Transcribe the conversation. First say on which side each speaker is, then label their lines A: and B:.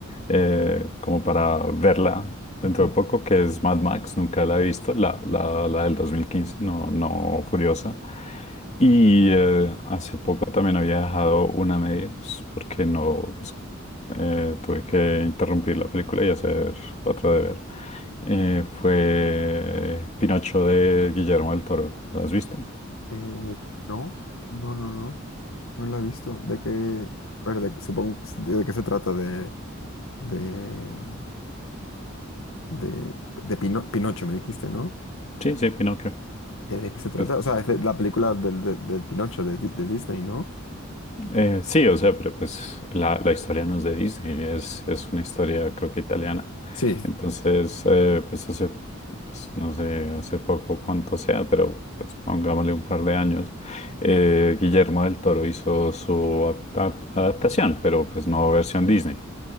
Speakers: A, on the left; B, on the left.
A: eh, como para verla
B: ujú.
A: dentro de poco, que es Mad Max, nunca la he visto, la, la, la del 2015, no, no Furiosa. Y eh, hace poco también había dejado una a medias porque no, pues eh, tuve que interrumpir la película y hacer otro deber. Eh, fue Pinocho de Guillermo del Toro. ¿Lo has visto?
B: Eh, no, no, no, no, no la he visto. ¿De qué, a ver, de, supongo, de, de qué se trata? De, de, de, de Pino- Pinocho, me dijiste, ¿no?
A: Sí, sí, Pinocchio.
B: Eh, ¿De qué se trata?
A: Pues,
B: O sea, es de la película del, de- del Pinocho de, Di- de Disney, ¿no?
A: Eh, sí, o sea, pero pues la, la historia no es de Disney, es, es una historia creo que italiana.
B: Sí.
A: Entonces, eh, pues hace, pues, no sé, hace poco cuánto sea, pero pues pongámosle un par de años, eh, Guillermo del Toro hizo su apta- adaptación, pero pues no versión Disney.